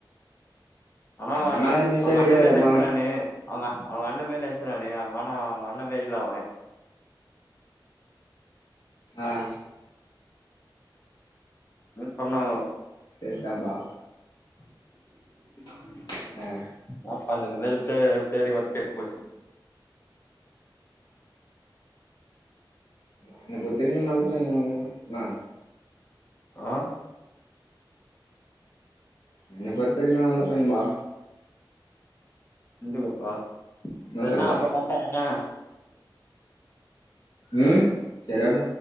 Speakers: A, on the left (about 30°); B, on the left (about 60°).
A: ஆனா அவங்
B: என் மேல
A: அண்ண
B: அந்த மிஸ்டேக்
A: அவங்
B: கெடையாதுடாப்பா
A: அண்ண மேர் நெனச்சே நானு அவங்க அவங் அண்ண மேரி நெனச்ச நானு ஆனா அவங் அண்ண மேரி இல்ல அவ
B: ஆஹ்
A: னு சொன்னாங்கோ
B: செர் தாம்பா
A: <inaudible>
B: த
A: <unintelligible> மேரி போய்ராத <unintelligible> ஒரே வாட்டி கேட்டு போச்சுண்ணா
B: என்ன பொறுத்த வரியு நல்ல பைய <unintelligible> என்ன
A: ஆஹ்
B: என்ன பொறுத்த வரியு நா நல்ல பையம்பா
A: <unintelligible> ப்பா
B: என்ன
A: செரிண்ணா
B: சொல்ற
A: அப்றோ பாக்லா என்ன
B: உம் சரியாய்டு